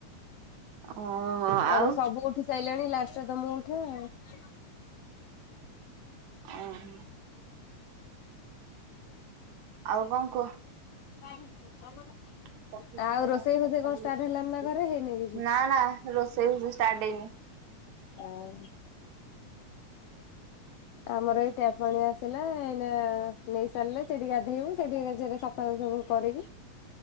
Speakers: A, on the right; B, on the left.
A: ଓହୋ ଆଉ
B: ଆମର ସବୁ ଉଠି ସାଇଲେଣି ଲାଷ୍ଟରେ ତ ମୁଁ <unintelligible>
A: ଓହୋ ଆଉ କଣ କୁହ?
B: <unintelligible>
A: ନା
B: ଆଉ
A: ନା
B: ରୋଷେଇ ଫୋଷେଇ କଣ ଷ୍ଟାର୍ଟ ହେଲାଣି
A: ରୋଷେଇ
B: ନା ଘରେ ହେଇନି କିଛି?
A: ଫୋସେଇ ଷ୍ଟାର୍ଟ ହେଇନି।
B: ଆଉ ଆମର ଏଇ ଟ୍ୟାପ୍ ପାଣି ଆସିଲା ଏଇନା ନେଇ ସାରିଲେ ସେଠି ଗାଧେଇବୁ ସେଠି ସେଠିରେ ସଫା ସବୁ କରିକି